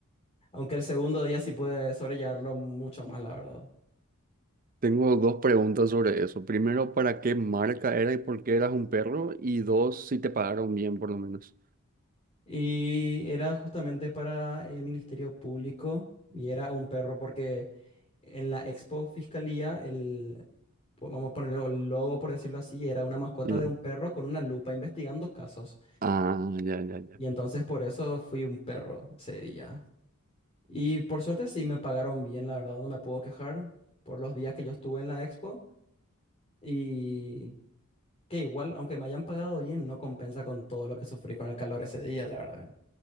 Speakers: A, on the left; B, on the right.
A: aunque el segundo día sí pude sobrellevarlo mucho más, la verdad.
B: Tengo dos preguntas sobre eso. Primero, ¿para qué marca era y por qué eras un perro? Y dos, si te pagaron bien, por lo menos.
A: Y era justamente para el Ministerio Público y era un perro porque en la Expo Fiscalía, el, po- vamos a ponerlo el logo por decirlo así, era una mascota
B: Y bueno,
A: de un perro con una lupa investigando casos.
B: Ah, ya, ya, ya.
A: Y entonces por eso fui un perro ese día. Y por suerte sí me pagaron bien, la verdad, no me puedo quejar por los días que yo estuve en la Expo y que igual, aunque me hayan pagado bien, no compensa con todo lo que sufrí con el calor ese día, la verdad.